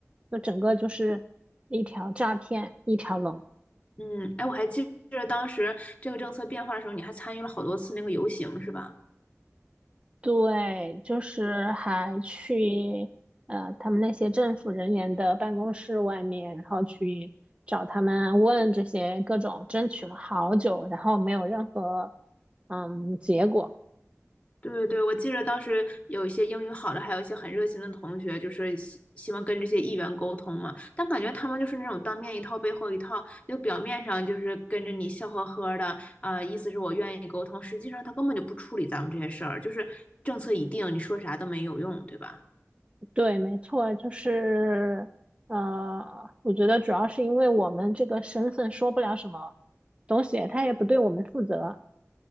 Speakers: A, on the right; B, on the left.
A: 就整个就是一条诈骗一条龙。
B: 嗯，哎，我还记着当时这个政策变化的时候，你还参与了好多次那个游行，是吧？
A: 对，就是还去呃他们那些政府人员的办公室外面，然后去找他们问这些各种，争取了好久，然后没有任何嗯结果。
B: 对对，我记着当时有一些英语好的，还有一些很热心的同学，就是希希望跟这些议员沟通嘛。但感觉他们就是那种当面一套，背后一套，就表面上就是跟着你笑呵呵的，啊、意思是我愿意沟通，实际上他根本就不处理咱们这些事儿，就是政策已定，你说啥都没有用，对吧？
A: 对，没错，就是呃，我觉得主要是因为我们这个身份说不了什么东西，他也不对我们负责。